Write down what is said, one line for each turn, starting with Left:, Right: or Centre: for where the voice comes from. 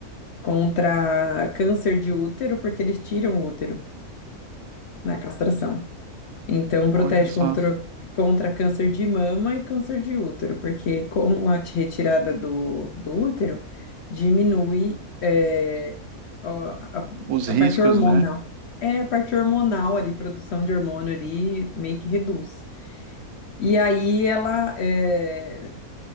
Left: contra câncer de útero, porque eles tiram o útero na castração. Então, protege
Right: Olha só,
Left: contra, contra câncer de mama e câncer de útero, porque com a retirada do, do útero, diminui eh, ó, a,
Right: os
Left: a
Right: riscos,
Left: parte hormonal.
Right: né?
Left: É a parte hormonal ali, produção de hormônio ali, meio que reduz. E aí ela, é,